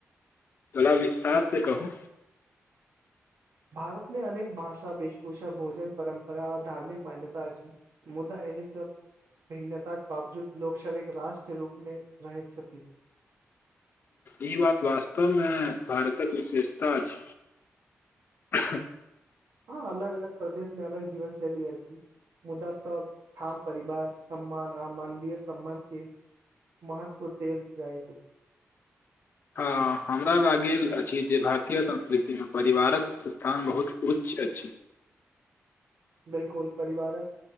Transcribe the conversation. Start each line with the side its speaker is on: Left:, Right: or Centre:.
Left: थोड़ा विस्तार से कहू
Right: भारतमे अनेक भाषा वेशभूषा भोजन परम्परा आ धार्मिक मान्यता अछि मुदा एहि सभ भिन्नताक बावजूद लोकसभ एक राष्ट्र रूपमे रहैत छथि
Left: ई बात वास्तवमे भारतक विशेषता अछि
Right: हँ अलग अलग प्रदेश मे अलग जीवन शैली अछि मुदा सब ठाम परिवार सम्मान आ मानवीय सम्बन्ध के महत्व देल जाइत अछि
Left: हँ हमरा लागेल अछि जे भारतीय संस्कृतिमे परिवारक स्थान बहुत उच्च अछि
Right: बिलकुल परिवारक